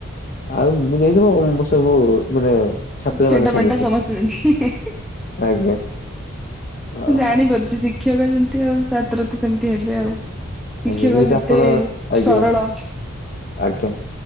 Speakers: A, on the left; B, in the centre.
A: ଆଉ ମୁଁ ଯାଇଥିବ ମୁ ସବୁ ମାନେ ଛାତ୍ର
B: ଚେଣ୍ଟା
A: ମାନେ ସେମିତି
B: ମେଣ୍ଟା ସମସ୍ତେ ହି ହିଁ।
A: ଆଜ୍ଞା।
B: ମୁଁ
A: ଓହୋ
B: ଜାଣିପାରୁଛି ଶିକ୍ଷକ ଯେମତି ଆଉ ଛାତ୍ର ତ ସେମିତି ହେବେ ଆଉ। ଶିକ୍ଷକ
A: ଆଜ୍ଞା ଯେମିତି
B: ଯେତେ
A: ଆପଣ ଆଜ୍ଞା
B: ସରଳ
A: ଆଜ୍ଞା